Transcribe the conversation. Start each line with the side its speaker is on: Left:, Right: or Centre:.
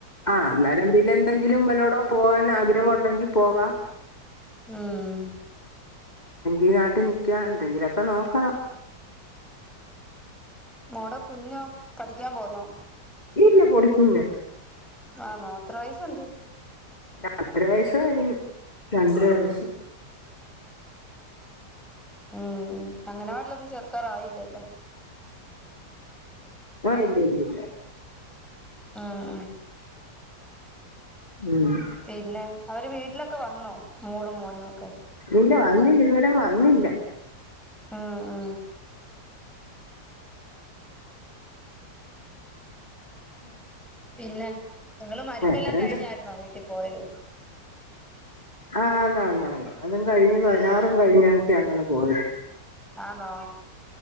Left: ആഹ് അന്നേരം പിന്നെന്തെങ്കിലും വല്ലോടു പോകാൻ ആഗ്രഹ ണ്ടെങ്കി പോകാം
Centre: ഉം
Left: ഈ നാട്ടി നി ക്കാൻ എന്തെങ്കിലും ഒക്കെ നോക്കണം.
Centre: മോൾടെ കുഞ്ഞോ പഠിക്കാൻ പോന്നോ
Left: ഇല്ല പൊടികുഞ്ഞാ.
Centre: ആന്നോ എത്ര വയസുണ്ട്
Left: രണ്ടര വയസ് കഴിഞ്ഞ്. രണ്ടര
Centre: ഉം
Left: വയസ്സ്
Centre: ഉം അങ്കണവാടിയിൽ ഒന്നും ചേർക്കാറായില്ലല്ലോ
Left: ആഹ് ഇല്ല ല്ല ല്ല
Centre: ആഹ്
Left: ഉം
Centre: പിന്നെ അവര് വീട്ടിലൊക്കെ വന്നോ മോളും മോനും ഒക്കെ
Left: ഇല്ല വന്നില്ല ഇതുവരേ വന്നില്ല
Centre: ആ ആ
Left: <inaudible>
Centre: പിന്നെ നിങ്ങൾ മരിപ്പെല്ലാം
Left: വേറെ
Centre: കഴിഞ്ഞായിരുന്നോ വീട്ടിൽ പോയത്
Left: ആഹ് ആണ് ആണ് അതും കഴിഞ്ഞ് പതിനാറും കഴിഞ്ഞ ഞങ്ങൾ പോയത്
Centre: ആനോ